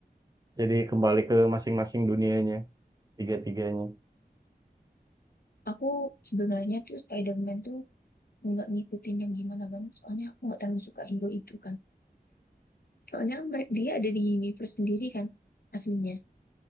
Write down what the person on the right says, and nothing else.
jadi kembali ke masing-masing dunianya, tiga-tiganya.